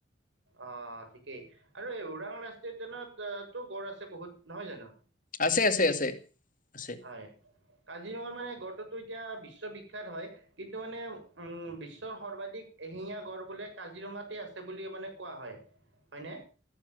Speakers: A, on the right; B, on the left.
A: অহ, ঠিকেই আৰু এই ওৰাং ৰাষ্ট্ৰীয় উদ্যানত তো গড় আছে বহুত নহয় জানো।
B: আছে -আছে - আছে। আছে
A: হয়, কাজিৰঙা মানে গড়টোতো এতিয়া বিশ্ব বিখ্যাত হয় কিন্তু মানে উম বিশ্বৰ সৰ্বাধিক এহিঙীয়া গড় বোলে কাজিৰঙাতে আছে। বুলি মানে কোৱা হয়। হয় নে,